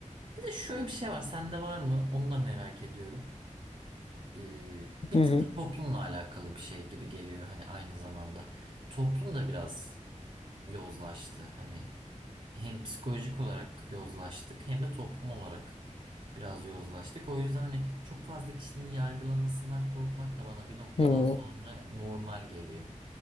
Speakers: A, on the right (about 55°); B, on the left (about 50°).
A: Bir de şöyle bir şey var. Sende var mı? Onu da merak ediyorum. Ee, bir
B: Hı hı.
A: tık da toplumla alakalı bir şey gibi geliyor. Hani aynı zamanda. Toplum da biraz yozlaştı. Hani hem psikolojik olarak yozlaştık hem de toplum olarak biraz yozlaştık. O yüzden hani çok fazla kişinin yargılamasından korkmak da bana bir noktadan
B: hı.
A: sonra normal geliyor.